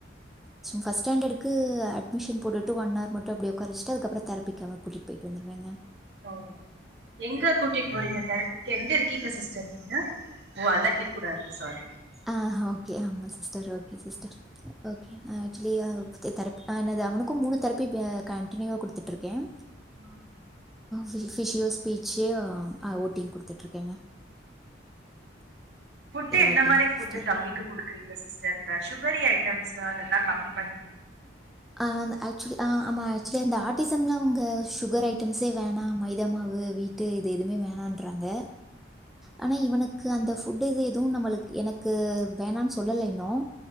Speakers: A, in the centre; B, on the right.
A: ஃபஸ்ட்ஸாண்டர்டுக்கு அட்மிஷன் போட்டுட்டு ஒன்னவர் மட்டும் அப்படியே உடக்காரச்சட்டு அதுக்கப்புறம் தெரப்பிக்கு அவ கூட்டிகிட்டு போயிட்டு வந்துருவேங்க
B: ஓ எங்க கூட்டிட்டு போறீங்க தெரபிக்கு எங்க இருக்கீங்க சிஸ் ச ன ஓ அல்லாம் கேட்க கூடாது சாரி
A: ஆஹ ஓகே ஆமா sister okay sister okay actually அ தெரப் என்னது உனக்கும் மூணு தெரப்பி கண்டினியூவா கொடுத்துட்டு இருக்கேன்
B: உஹ <unintelligible>
A: ஃஅபஷியோ ஸ்பீச்சே ஓட்டிங் கொடுத்துட்டுருக்கேங்க
B: புட்டு என்ன
A: ஓகேங்க
B: ந்த மாதிரி ஃபுட்டு்
A: சிஸ்டர்
B: தம்பிக்கு குடுக்குறீங்க சிஸ்டர் த சுகரி ஐட்டம்ஸ் அதெல்லாம் கம்மி பண்ணுங்க
A: அஹ் ஆக்சுவலி ஆமா ஆக்சுவலி அந்த ஆட் பாட்டிசம்லாம் அவங்க சுகர் ஐட்டம்ஸே வேணாம் மைதா மாவு வீட் ட்டு இது எதுமே வேணாம் பண்றாங்க ஆனா இவனுக்கு அந்த ஃபுட் இது எதுவும் நம்மளுக்கு எனக்கு வேணான்னு சொல்லல இன்னும்